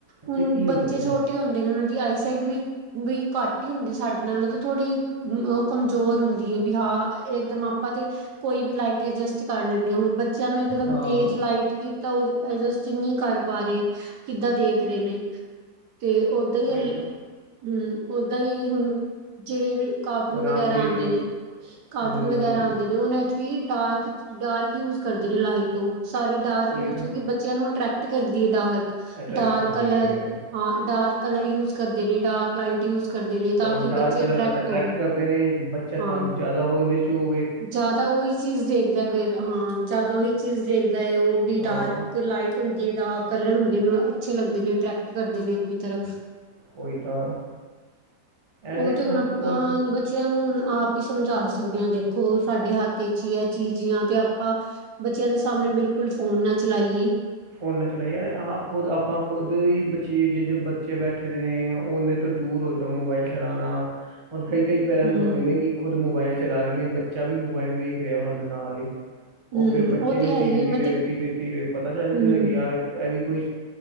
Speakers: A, on the right; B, on the right.
A: ਹੁਨ
B: ਕੀ
A: ਬੱਚੇ
B: ਹੁੰਦੇ ਨੇ
A: ਛੋਟੇ ਹੁੰਦੇ ਨੇ ਉਨਾਂ ਦੀ ਆਈਸਾਈਟ ਵੀ ਬਈ ਘੱਟ ਹੀ ਹੁੰਦੀ ਸਾਡੇ ਨਾਲੋਂ ਤੇ ਥੋੜੀ <unintelligible> ਕਮਜ਼ੋਰ ਹੁੰਦੀ ਹੈ ਵੀ ਹਾਂ, ਇਕਦਮ ਆਪਾਂ ਤੇ ਕੋਈ ਵੀ ਲਾਈਟ ਅਡਜਸਟ ਕਰ ਲੈਂਣੀ ਹਾਂ, ਹੁਣ ਬੱਚਿਆਂ ਨੂੰ ਇੱਕਦਮ
B: ਹਾਂ
A: ਤੇਜ ਲਾਈਟ ਕਿ ਤਾਂ ਉਹ ਐਡਜਸਟ ਨਹੀ ਕਰ ਪਾ ਰਹੇ, ਕਿੱਦਾਂ ਦੇਖ ਰਹੇ ਨੇ ਤੇ ਉਹ ਓਦਾਂ ਹੀ,
B: ਉਹੀ
A: ਹਲ
B: ਤਾਂ
A: ਹਮ, ਓਦਾਂ ਹੀ ਹੁਣ ਜਿਹੜੇ ਕਾਰਟੂਨ
B: ਹੁਣ
A: ਵਗੈਰਾ
B: ਆਪ ਦੇਖ
A: ਆਉਂਦੇ
B: ਲਓ
A: ਨੇ, ਕਾਰਟੂਨ
B: ਹੂੰ
A: ਵਗੈਰਾ ਆਉਂਦੇ ਨੇ ਉਹਨਾਂ ਡਾਰਕ, ਡਾਰਕ ਯੂਜ ਕਰਦੇ ਰਹੇ ਲਾਈਟ ਉਹ, ਸਾਰੀ ਡਾਰਕ
B: ਉਹੀ
A: ਯੂਜ
B: ਤਾਂ
A: ਕਿਉਂਕਿ ਬੱਚਿਆਂ ਨੂੰ ਅ੍ਰੈਕਟ ਕਰਦੀ ਹੈ ਡਾਰਕ,
B: ਅਟਰੈਕਟ
A: ਡਾਰਕ
B: ਕਰਦੀ
A: ਕਲਰ
B: ਹੈ
A: ਹਾਂ, ਡਾਰਕ ਕਲਰ ਯੂਜ ਕਰਦੇ ਨੇ, ਡਾਰਕ -ਲਾਈਟ ਯੂਜ ਕਰਦੇ ਨੇ ਤਾਂ
B: ਔਰ
A: ਕਿ
B: ਡਾਰਕ
A: ਬੱਚੇ
B: ਕਲਰ
A: ਅਟਰ੍ਰੈਕਟ
B: ਅਟਰੈਕਟ
A: ਹੋਣ
B: ਕਰਦੇ ਨੇ, ਬੱਚਾ ਤਾਂ
A: ਹਾਂ
B: ਜ਼ਿਆਦਾ ਉਹ ਉਹਦੇ 'ਚੋਂ
A: ਜ਼ਿਆਦਾ ਉਹੀ ਚੀਜ਼ ਦੇਖਦਾ ਫੇਰ, ਹਾਂ ਜਿਆਦਾ ਉਹੀ ਚੀਜ਼ ਦੇਖਦਾ ਏ ਉਹ, ਵੀ
B: ਹਾਂ
A: ਡਾਰਕ-ਲਾਈਟ ਹੁੰਦੀ ਹੈ ਡਾਰਕ ਕਲਰ ਹੁੰਦੇ ਨੇ, ਉਹ ਅੱਛੇ ਲੱਗਦੇ ਨੇ, ਅਟਰੈਕਟ ਕਰਦੇ ਨੇ ਤਰਫ,
B: ਉਹੀ ਤਾਂ
A: ਉਹ
B: ਇਹ ਤਾਂ
A: ਤੇ
B: ਸਭ
A: ਹੁਣ ਆਪਾਂ
B: ਉਹ
A: ਬੱਚਿਆਂ ਨੂੰ ਆਪ ਹੀ ਸਮਝਾ ਸਕਦੇ ਹਾਂ ਦੇਖੋ, ਸਾਡੇ ਹੱਥ ਚ' ਹੀ ਹੈ ਚੀਜ਼ ਆ ਤੇ ਆਪਾਂ ਬੱਚਿਆਂ ਦੇ ਸਾਹਮਣੇ ਬਿਲਕੁਲ ਫੋਨ ਨਾ ਚਲਾਈਏ।
B: ਫੋਨ ਨਾ ਚਲਾ, ਅਰੇ ਆਪ ਖੁਦ ਆਪਾਂ ਖੁਦ ਵੀ ਬੱਚੀਏ ਜੇ ਜੋ ਬੱਚੇ ਬੈਠੇ ਨੇ ਉਹਦੇ ਤੋਂ ਦੂਰ ਹੋ ਜਾਓ ਮੋਬਾਇਲ ਚਲਾਉਣਾ, ਹੁਣ ਕਈ ਕਈ ਪੇਰੈਂਟਸ
A: ਹੂੰ।
B: ਹੁੰਦੇ ਨੇ ਕਿ ਖੁਦ ਮੋਬਾਇਲ ਚਲਾ ਰਹੇ ਨੇ, ਬੱਚਾ ਵੀ ਮੋਬਾਇਲ ਵੇਖ ਰਿਹਾ। ਉਹਨਾਂ ਦੇ ਨਾਲ ਹੀ ਉਹ
A: ਹੂੰ,
B: ਫਿਰ ਬੱਚੇ ਨੂੰ
A: ਤੇ ਹੈ
B: ਧੀਰੇ
A: ਹੀ ਹੈ।
B: ਧੀਰੇ
A: ਮੈਂ ਤੇ
B: -ਧੀਰੇ -ਧੀਰੇ ਪਤਾ ਚੱਲ ਜਾਂਦਾ
A: ਹੂੰ,
B: ਕਿ ਯਾਰ ਐ ਵੀ, ਕੋਈ